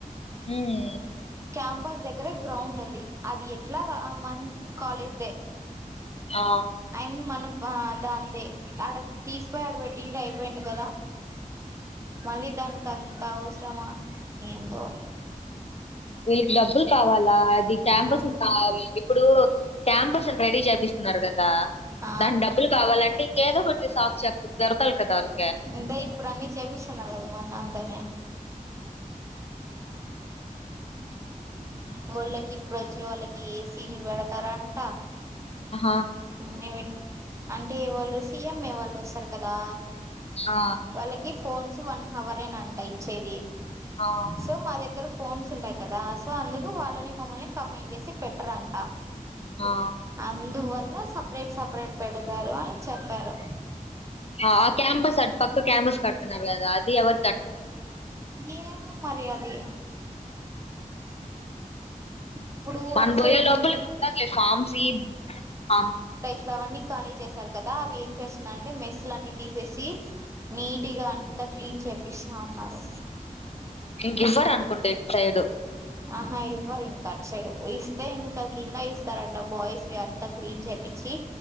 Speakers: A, on the left; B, on the right.
A: హ్మ్
B: క్యాంపస్ దగ్గర గ్రౌండ్ ఉంది అది ఎట్లా రా ఆ మంత్ కాలేజ్దే
A: ఆ
B: ఐ మీన్ మనం ఆ దాందే ఆడ తీస్పోయి ఆడబెట్టింటే అయ్పోయిండు కదా మళ్ళీ దానికి అంత అవసరమా ఏందో
A: వీళ్లికి డబ్బులు కావాలా అది క్యాంపస్ది
B: ఆ
A: కాదు ఇప్పుడు క్యాంబస్ రెడీ చేపిస్త ఉన్నార్ గద్ దా
B: ఆ
A: దానిక్ డబ్బులు కావాలంటే ఇంకేదో ఒకటి సాక్ష్ చెప్ దొర్ కల్ కాద ఓల్
B: అదే ఇప్పుడు అన్నీ చేపిస్తున్నారు కదా మొన్న అంద ఆ పోల్ కి పొ వచ్చే వాళ్ళకి ఏసీలు పెడతారా అంట
A: ఆహా,
B: న అం అంటే వాళ్ళు సీఎంఏ వాళ్ళు వస్తారు కదా
A: ఆ
B: వాళ్ళకి ఫోన్స్ వన్ హవర్ నే అంట ఇచ్చేది
A: ఆ
B: సో మా దగ్గర ఫోన్స్ ఉంటాయి కదా సో అందుకు వాళ్ళని మమ్మల్ని కమ్మైంట్ చేసి పెట్టర్ అంట
A: ఆ
B: అందువల్ల సపరేట్ సపరేట్ పెడతారు అని చెప్పారు
A: అ క్యాంపస్ అట్ క్యాంపస్ కడుతున్నారు కదా అది ఎవర్
B: ఎమో మరి అది ఇప్పుడు
A: మన
B: అటు
A: పోయే
B: సైడ్
A: లోపలికి
B: నుంచి
A: ఉంటారులే ఫామ్స్ ఫామ్
B: ఇప్పుడు అవన్నీ ఖాళీ చేసారు కదా, అవి ఏం చేస్తున్నా అంటే మెస్లు అన్ని తీసేసి నీటిగా అంతా క్లీన్ చె ఇషా ఉన్నారు
A: ఇంక ఇవ్వరు అనుకుంట ఇటు సైడు
B: ఆహా ఇవ్వరు ఇంకా అటు సైడు, ఇస్తే ఇంకా కింద ఇస్తారంట బాయ్స్ ఇ అంతా క్లీన్ చేపించి